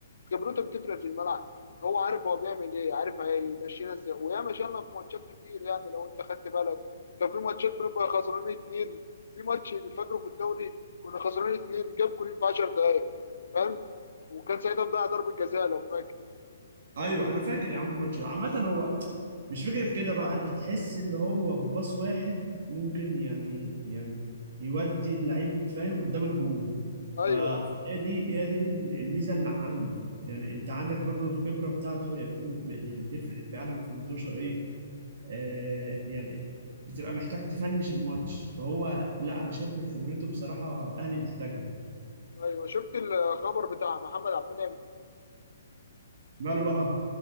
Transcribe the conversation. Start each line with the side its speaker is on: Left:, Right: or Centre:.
Left: خبرته بتفرق في الملعب هو عارف هو بيعمل ايه عارف هيمشينا ازاي ويا مشينا في ماتشات كتير يعني لو انت خدت بالك كان في ماتشات بنبقى خسرانين اتنين في ماتش فاكره في الدوري كنا خسرانين اتنين جاب جولين في 10 دقايق فاهم وكان ساعتها مضيع ضربة جزاء لو فاكر
Right: ايوه انا فاكر يا عم الماتش ده عامة هو مش فكرة كده بقى انت تحس اللي هو في باص واحد ممكن يعني يعني يودي اللعيب فاهم قدام الجون
Left: ايوه
Right: ف- فهي دي هي دي الميزة اللي عنده يعني انت
Left: م.
Right: عندك برضو الخبرة بتاعته هي فوق- يعني تفرق فعلا في انتوشة ايه آه، يعني بتبقى محتاج تفنش الماتش فهو لا انا شايف ان خبرته بصراحه الاهلي محتاجها
Left: ايوه شفت الخبر بتاع محمد عبد المنعم
Right: ماله بقى